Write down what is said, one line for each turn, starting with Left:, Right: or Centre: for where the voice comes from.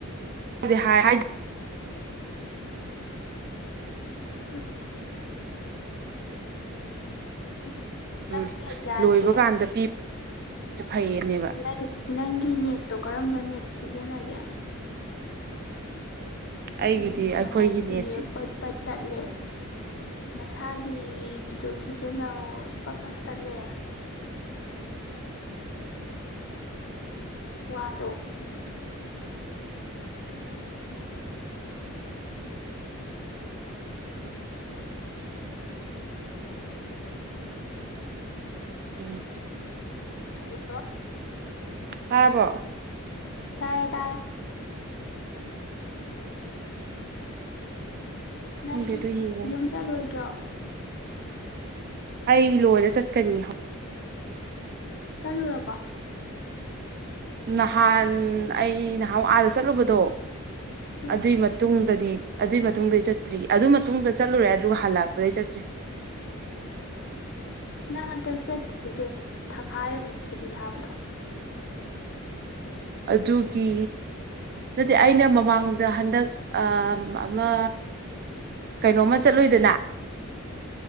Right: ꯍꯥꯏꯗꯤ ꯍꯥꯏ ꯍꯥꯏ
Left: ꯎꯝ ꯎꯝ ꯅꯪ
Right: ꯎꯝ
Left: ꯅꯦꯠ ꯌꯥꯗ꯭ꯔꯦ
Right: ꯂꯣꯏꯕ ꯀꯥꯟꯗ ꯄꯤꯕꯁꯨ ꯐꯩꯌꯦꯅꯦꯕ
Left: ꯅꯪ ꯅꯪꯒꯤ ꯅꯦꯠꯇꯣ ꯀꯔꯝꯕ ꯅꯦꯠ ꯁꯤꯖꯤꯟꯅꯒꯦ
Right: ꯑꯩꯒꯤꯗꯤ
Left: ꯎꯝ ꯅꯨꯡꯉꯥꯏꯇꯤꯌꯦ
Right: ꯑꯩꯈꯣꯏꯒꯤ ꯅꯦꯠꯁꯤ
Left: ꯄꯠ ꯄꯠ ꯇꯠꯂꯦ ꯅꯁꯥꯒꯤꯗꯨ ꯁꯤꯖꯤꯟꯅꯧ ꯄꯠ ꯄꯠ ꯇꯠꯂꯦ ꯋꯥꯗꯣ
Right: ꯎꯝ
Left: ꯍꯜꯂꯣ
Right: ꯇꯥꯕꯔꫭ
Left: ꯇꯥꯏꯌꯦ ꯇꯥꯔꯦ
Right: ꯈꯪꯗꯦ
Left: ꯅꯪ
Right: ꯑꯗꯨ ꯌꯦꯡꯉꯒꯦ
Left: ꯌꯨꯝ ꯆꯠꯂꯣꯏꯗ꯭ꯔꯣ
Right: ꯑꯩ ꯂꯣꯏꯔ ꯆꯠꯀꯅꯤ ꯍꯧ
Left: ꯆꯠꯂꯨꯔꯕꫭ
Right: ꯅꯍꯥꯟ ꯑꯩ ꯅꯍꯥꯟꯃꯨ ꯑꯥꯗ ꯆꯠꯂꯨꯕꯗꯣ
Left: ꯎꯝ
Right: ꯑꯗꯨꯏ ꯃꯇꯨꯡꯗꯗꯤ ꯑꯗꯨꯏ ꯃꯇꯨꯡꯗꯩ ꯆꯠꯇ꯭ꯔꯤ ꯑꯗꯨ ꯃꯇꯨꯡꯗ ꯆꯠꯂꯨꯔꯦ ꯑꯗꯨꯒ ꯍꯜ ꯂꯛꯄꯗꯩ ꯆꯠꯇ꯭ꯔꯤ
Left: ꯅꯪ ꯍꯟꯇꯛ ꯆꯠꯇꯔꯤ ꯀꯩꯅꯣ ꯊꯥꯈꯥꯏ ꯑꯃꯨꯛ ꯁꯨꯇꯤ ꯊꯥꯕꯗꯣ
Right: ꯑꯗꯨꯒꯤ ꯑꯗꯨꯗꯤ ꯑꯩꯅ ꯃꯃꯥꯡꯗ ꯍꯟꯗꯛ ꯑ ꯑꯝꯃ ꯀꯩꯅꯣꯝꯃ ꯆꯠꯂꯨꯏꯗꯅ